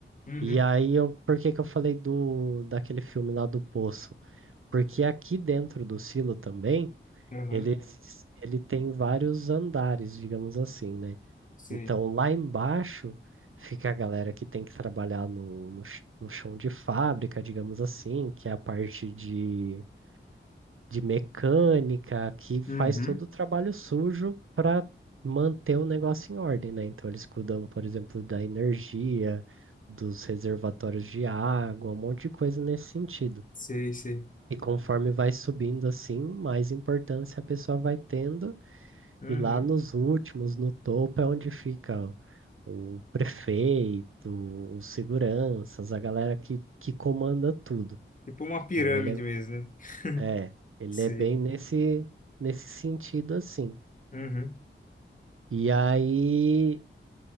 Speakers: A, on the left (about 40°); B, on the right (about 75°).
A: Uhum.
B: E aí, eu, por que que eu falei do daquele filme lá do Poço? Porque aqui dentro do silo também,
A: Aham.
B: ele, exis- ele tem vários andares, digamos assim, né?
A: Sei.
B: Então, lá embaixo fica a galera que tem que trabalhar no, no, ch- no chão de fábrica, digamos assim, que é a parte de de mecânica, que faz
A: Uhum.
B: todo o trabalho sujo para manter o negócio em ordem, né? Então eles cuidam, por exemplo, da energia, dos reservatórios de água, um monte de coisa nesse sentido.
A: Sei, sei.
B: E conforme vai subindo assim, mais importância a pessoa vai tendo,
A: Uhum.
B: e lá nos últimos, no topo, é onde fica o prefeito, os seguranças, a galera que, que comanda tudo.
A: Tipo uma pirâmide
B: Então ele é
A: mesmo, né? <laughs>
B: é, ele
A: Sei.
B: é bem nesse, nesse sentido assim.
A: Uhum.
B: E aí,